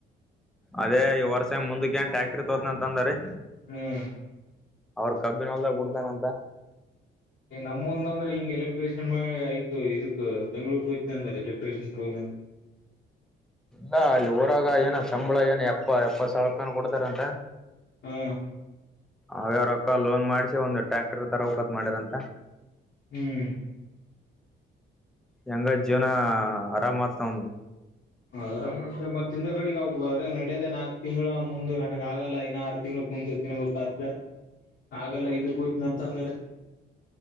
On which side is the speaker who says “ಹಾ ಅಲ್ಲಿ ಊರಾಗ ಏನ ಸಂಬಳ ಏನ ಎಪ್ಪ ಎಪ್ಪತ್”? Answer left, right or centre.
Centre